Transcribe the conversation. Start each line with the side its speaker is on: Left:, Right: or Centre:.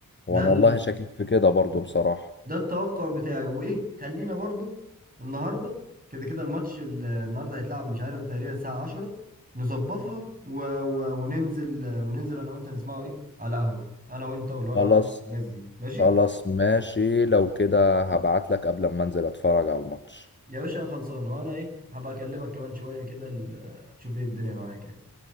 Right: ده
Left: وانا والله شاكك في كده برضو بصراحة
Right: ده التوقع بتاعي وايه خلينا برضو النهارده كده كده الماتش ال- النهارده هيتلعب مش عارف تقريبا الساعة 10 نظبطها و... و... وننزل وننزل انا وانت نسمعه ايه على قهوة انا وانت والولد
Left: خلاص
Right: عم الناس دي ماشي
Left: خلاص ماشي لو كده هبعت لك قبل ما انزل اتفرج على الماتش
Right: يا باشا خلصانه وانا ايه هبقى اكلمك كمان شوية كده ال- شوف ايه الدنيا معاك يعني